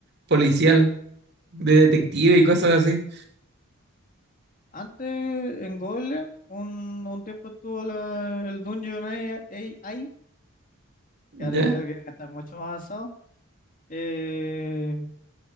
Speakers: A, on the right (about 55°); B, on the left (about 40°).
A: policial, de detective y cosas así.
B: Antes en Golia un, un tiempo estuvo la- el Dungeon AI, AI,
A: ¿Ya?
B: que ahora yo creo que está mucho más avanzado, eh,